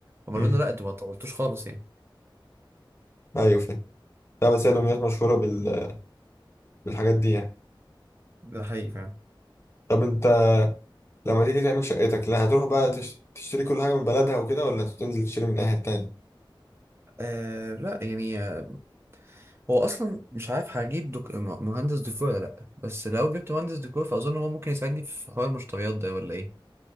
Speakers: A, on the right; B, on the left.
A: هم قالوا
B: مم.
A: لنا لا انتوا ما طولتوش خالص يعني
B: ايوه فاهم لا بس هي دمياط مشهوره بال... بالحاجات دي يعني
A: ده حقيقي فعلا
B: طب انت لما تيجي تعمل شقتك لا هتروح بقى تش- تشتري كل حاجه من بلدها وكده ولا هتنزل تشتري من اي حته تاني
A: آه لا يعني آه، هو اصلا مش عارف هجيب دك... م- مهندس ديكور ولا لا بس لو جبت مهندس ديكور فاظن هو ممكن يساعدني في حوار المشتريات ده ولا ايه